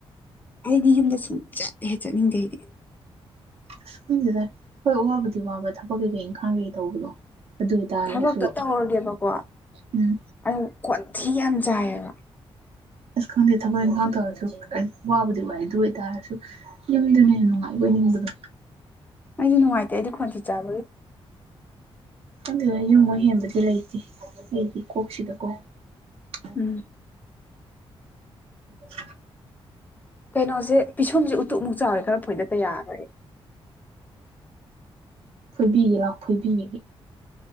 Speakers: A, on the left (about 15°); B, on the right (about 80°).
A: ꯑꯩꯗꯤ ꯌꯨꯝꯗ ꯁꯨꯝ ꯆꯠꯇꯦ ꯆꯠꯅꯤꯡꯗꯦ ꯑꯩꯗꯤ
B: ꯑꯁ ꯈꯪꯁꯤꯗ ꯍꯣꯏ ꯋꯥꯕꯗꯤ ꯋꯥꯕ ꯊꯕꯛ ꯀꯩꯀꯩ ꯏꯪꯈꯥꯡ ꯀꯩꯀꯩ ꯇꯧꯕꯗꯣ ꯑꯗꯨ ꯑꯣꯏꯇꯥꯔꯁꯨ
A: ꯊꯕꯛꯇꯣ ꯇꯧꯔꯒꯦꯕꯀꯣ
B: ꯎꯝ
A: ꯑꯗꯨ ꯀ꯭ꯋꯥꯣꯟꯊꯤ ꯌꯥꯝ ꯆꯥꯏꯌꯦꯕ
B: ꯑꯁ ꯈꯪꯗꯦ ꯊꯕꯛ ꯏꯪꯈꯥꯡ ꯇꯧꯔꯁꯨ ꯑꯩ ꯋꯥꯕꯨꯗꯤ ꯋꯥꯏ ꯑꯗꯨ ꯑꯣꯏꯇꯥꯔꯁꯨ ꯌꯨꯝꯗꯨꯅ ꯅꯨꯡꯉꯥꯏꯕ ꯅ
A: ꯑꯩꯗꯤ ꯅꯨꯡꯉꯥꯏꯇꯦ ꯑꯩꯗꯤ ꯈꯣꯟꯆꯦ ꯆꯥꯕꯒꯤ
B: ꯑꯗꯨꯗ ꯌꯨꯝꯉ ꯍꯦꯟꯕꯗꯤ ꯂꯩꯇꯦ ꯑꯩꯗꯤ ꯀꯣꯛꯁꯤꯗꯀꯣ ꯑ
A: ꯎꯝ
B: ꯎꯝ
A: ꯀꯩꯅꯣꯁꯦ ꯄꯤꯁꯣꯟꯁꯦ ꯎꯇꯨꯞꯃꯨꯛ ꯆꯥꯎꯔꯦ ꯈꯔ ꯐꯣꯏꯗꯠꯇ ꯌꯥꯈꯦ
B: ꯐꯣꯏꯕꯤꯒꯦ ꯂꯥꯛꯑꯣ ꯐꯣꯏꯕꯤꯒ